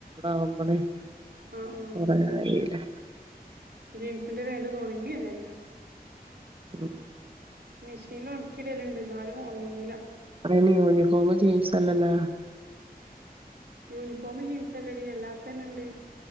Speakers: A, on the right; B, on the right.
A: ആഹ് <unintelligible>
B: ആഹ് ആഹ്
A: കൊറേ ആയിലെ
B: ജീൻസിന്റെ പാൻ്റ് ഒന്നും ഒണങ്ങന്നെ ഇല്ല
A: ഉം
B: മെഷീൻല് ഒണക്കിടലുണ്ട് എന്നാലും ഒണങ്ങൂല
A: <unintelligible> യൂണിഫോം ജീൻസല്ലലാ
B: യൂണിഫോം ജീൻസ് അല്ലടി അല്ലാത്തന്നെണ്ട്